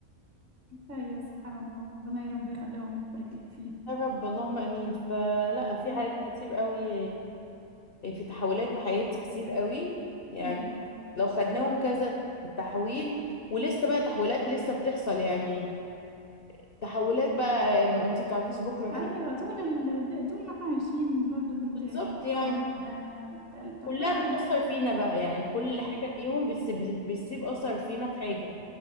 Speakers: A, on the right; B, on the left.
A: أيوة سبحان الله ربنا يا رب يخليهم يبارك لك فيه
B: يا رب اللهم امين فلا في
A: أمم.
B: حاجات كتير قوي في تحولات في حياتي كتير قوي يعني
A: أيوة
B: لو خدناهم كذا تحويل ولسه بقى تحولات لسه بتحصل يعني تحولات بقى آه، ما انت بتعرفيش بكره فيه
A: أيوة طول ال... طول ما احنا عايشين برضه بننتقل
B: بالظبط
A: من مرحلة
B: يعني
A: للتانية للتالتة
B: كلها
A: فعلا
B: بتأثر فينا بقى يعني كل
A: أيوة
B: حاجة فيهم بتسيب بتسيب أثر فينا في حاجة